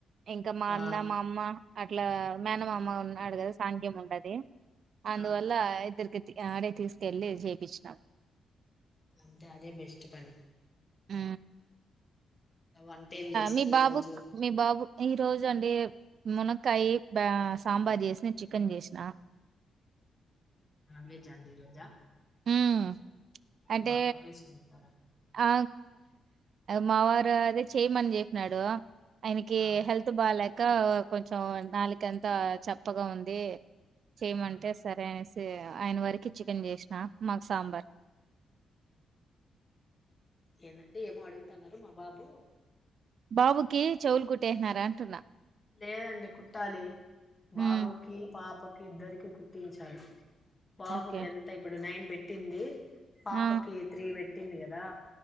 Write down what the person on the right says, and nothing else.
ఇంకా మా
అన్న మా అమ్మ అట్లా మేనమామ ఉన్నాడు కదా! సాఘ్యం ఉండది అందువల్ల
ఇద్దరికి ఆడే తీసుకెళ్ళి చేపిచ్చినాం
మ్
మీ బాబు
క్ మీ బాబు ఈ రోజు అండి మునక్కాయి బ సాంబార్ చేసిన చికెన్ చేసిన
మ్మ్ అంటే
ఆ మా వారు అదే చేయమని చెప్పినాడు ఆయనకి
హెల్త్ బాగాలే ఇంకా కొంచం నాలుక అంతా చప్పగా ఉంది చేయమంటే
సరే అనేసి ఆయన వరకి చికెన్ చేసిన మాకు సాంబార్
బాబుకి చెవులు కుట్ టేహ్నారా అంటున్నా
హ్మ్.
ఓకే.
ఆ!